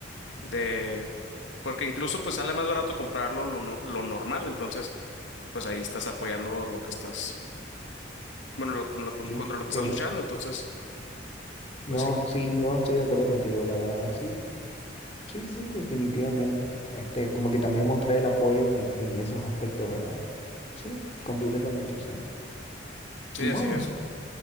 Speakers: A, on the left (about 80°); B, on the left (about 35°).
A: de porque incluso pues sale más barato comprarlo lo, no- lo normal, entonces pues ahí estás apoyando lo que estás bueno, lo, lo- contra
B: Sí,
A: lo que
B: sí.
A: estás luchando, entonces
B: No,
A: pues sí.
B: sí, yo estoy de acuerdo contigo, la verdad, sí. Sí, sí, definitivamente. Este, como que también mostrar el apoyo en, en esos aspectos, ¿verdad? Sí, completamente. O sea,
A: Sí,
B: y bueno,
A: así es.